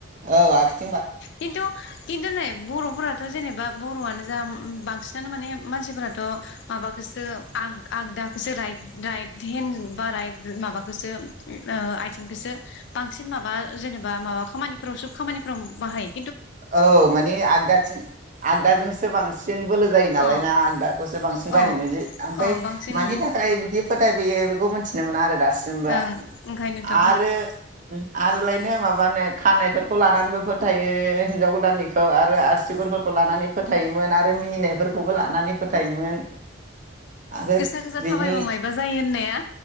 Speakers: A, on the right (about 40°); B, on the left (about 60°).
A: औ आखि
B: खिन्थु खिन्थु नै बर'फोराथ जेनेबा बर'आनो जा उम बांसि नानो माने मानसिफोराथ माबाखोसो आग आगदाखोसो राइट राइट हेन बा राइट माबाखोसो ऐ आइथिंखोसो बांसिन माबा जेनेबा माबा खामानिफोराव सोब खामानि फोराव बाहाय
A: औ मानि आगदाथिं आगदाजोंसो बांसि सिन बोलो जायो नालाय
B: अ
A: ना आगदाखौसो बांसिन बाहायनाय
B: अ
A: नुयोदि ओमफाय
B: अ बांसिन
A: मानि
B: उम
A: थाखाय बिदि फोथायबोयो बेखौ मोनथिनो मोना आरो दा सिमबो
B: ओं ओंखायनोथ'
A: आरो आरोलायनो माबानो खानायफोरखौ लानानैबो फोथायो। हिनजाव गोदाननिखौ आरो आसिगुरफोरखौ लानानै फोथायोमोन आरो मिनिनायफोरखौबो लानानै फोथायोमोन। आगै
B: गोसा गोसा
A: बिनि
B: थाबायबा मायबा जायो होननाया